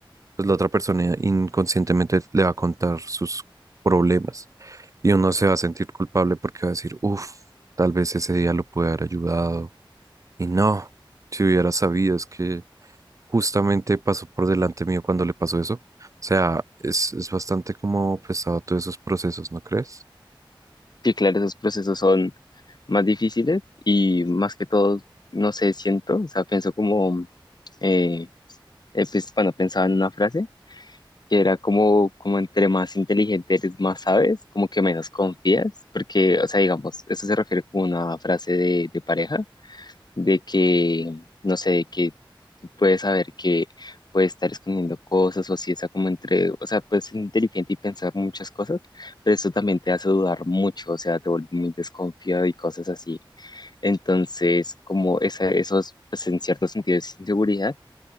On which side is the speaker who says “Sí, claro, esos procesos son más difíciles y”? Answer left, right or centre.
Left